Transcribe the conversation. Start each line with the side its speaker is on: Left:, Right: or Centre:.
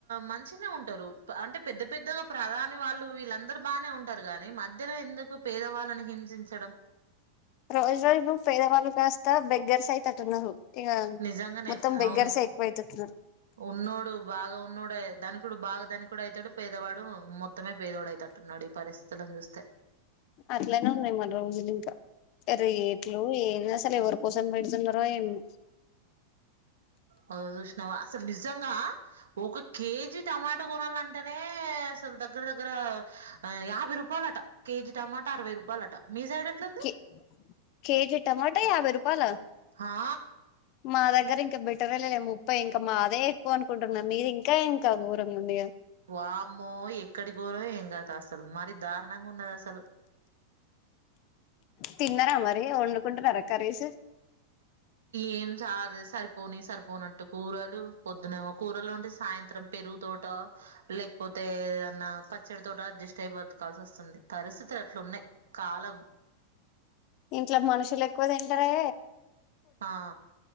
Right: మంచినే ఉంటారు అంటే పెద్ద పెద్దగా ప్రధాని వాళ్ లు వీళ్ళందరూ బానే ఉంటారు గాని మధ్యలో ఎందుకు పేదవాళ్ళని హింసించడం
Left: రోజు రోజు కు పేదవాళ్ళు కాస్త బెగ్గర్స్ అయ్ తట్టున్నారు ఇగ
Right: నిజంగానే
Left: మొత్తం బెగ్గర్స్
Right: అవును
Left: ఏ ఎక్కువ అయ్తుండ్రు
Right: ఉన్నోడు బాగా ఉన్నోడే ధనికుడు బాగా ధనికుడు అయ్ తాడు పేదవాడు మొత్ త్తమే పేదోడయ్తట్టున్నాడు ఈ పరిస్థితులను చూస్తే
Left: అట్లనే ఉన్నాయి మన రోజులు ఇంకా ఎ రేట్లు ఎందసలు ఎవరు కోసం బెడ్తున్నరో ఏమో
Right: ఉ అ జుస్నావ అసలు నిజంగా ఒక కేజీ టమాటా గోణాల అంటేనే అసలు దగ్గర దగ్గర యాభై రూపాయలట కేజీ టమాటా అరవై రూపాయ వాలట మీ సైడ్ ఎట్లుంది
Left: కే కేజీ టమాటా యాభై రూపాల
Right: ఆ
Left: మా దగ్ గ్గర ఇంకా బెటరే లే ముప్పై ఇంకా మాదే ఎక్కువ అనుకుంటున్నా మీది ఇంకా ఇంకా ఘోరంగా ఉందిగా
Right: వామ్మో ఎక్కడి ఘోరం ఏం కథ అసలు మరి దారుణంగా ఉన్నది అసలు
Left: తిన్నారా మరి వండుకుంటున్నారా కర్రీస్
Right: ఏం సాధిస్ సరిపోని సరిపోనట్టు కూరలు పొద్దునేమో కూరలు వండి సాయంత్రం పెరుగు తోటో లే పోతే ఏదన్నా పచ్చడి తోటో అడ్జస్ట్ అయి బతకాల్సి వస్తుంది పరిస్థితులు అట్లున్నాయి్ కాలం
Left: ఇంట్లో మనుషులు ఎక్కువ తింటరే
Right: ఆ